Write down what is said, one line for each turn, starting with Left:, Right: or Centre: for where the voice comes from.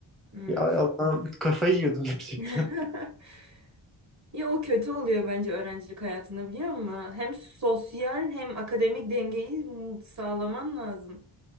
Right: Hmm.
Centre: Ya Allah'ım kafayı yiyordum gerçekten.
Right: <laughs> Ya o kötü oluyor bence öğrencilik hayatında biliyor musun? Hem sosyal hem akademik dengeyi sağlaman lazım.